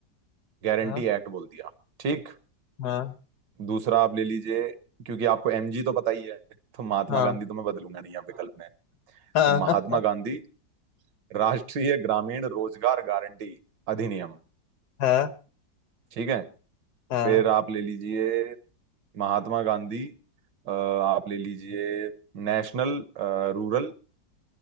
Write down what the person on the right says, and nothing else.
guarantee
act बोल दिया ठीक
दूसरा आप ले लीजिए क्योंकि आपको एमजी तो पता ही है तो महात्मा
गांधी तो मैं बदलूंगा नहीं यहाँ विकल्प में
तो महात्मा
गांधी राष्ट्रीय ग्रामीण रोजगार गारंटी अधिनियम
ठीक है
फिर आप ले लीजिए महात्मा गांधी अ, आप ले लीजिए national rural